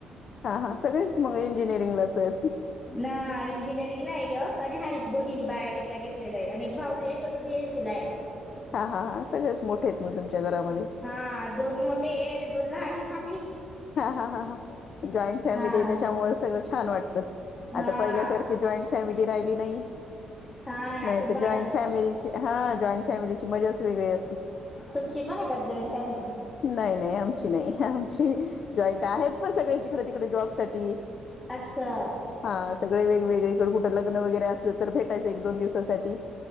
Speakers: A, on the left; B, on the left.
A: हा हा सगळेच मग इंजिनिअरिंग लाच आहेत
B: ना इंजिनिअरिंग ला आणि ह्यावी दोन्ही बायोटेक ला गे लेला आहे आणि एक भाऊ येतो तो आहे बीएसिलाय
A: हा हा हा सगळेच मोठे आहेत मग तुमच्या घरामध्ये
B: हा दोन मोठे आहे आणि दोन लाले ह म्
A: हा हा हा ह जॉईंट फॅमिली
B: हा
A: त्याच्यामुळे सगळं छान वाटत
B: हा
A: आता पहिल्यासारख जॉईंट फॅमिली राहिली नाही
B: हा ना
A: नाही
B: खूप
A: तर
B: भांडण
A: जाईट
B: होतात.
A: फॅमिलीची जाइंट फॅमिलीची मज्जाच वेगळी अस
B: तुमची पण आहे का जॉईंट फॅमिली?
A: नाही नाही आमची नाही जॉईंट आहेत पण सगळे्यां जिकडे तिकडे जॉब साठी
B: असछ
A: हा सगळे वेगवेगळेकड कुठं लग्न वगैरे असलं तर भेटायचं एक दोन दिवसासाठी